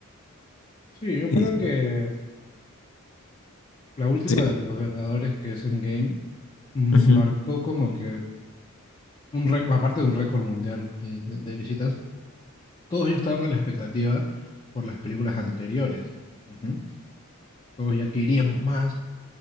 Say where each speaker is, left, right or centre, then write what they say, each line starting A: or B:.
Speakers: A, on the left; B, on the left.
A: Sí, yo
B: Y,
A: creo que la última
B: sí,
A: de los Vengadores, que es Endgame, mm,
B: ujú.
A: marcó como que, un réc- aparte de un récord mundial de, de- de visitas, todos ya estaban a la expectativa por las películas anteriores. Ujú. Todos ya queríamos más,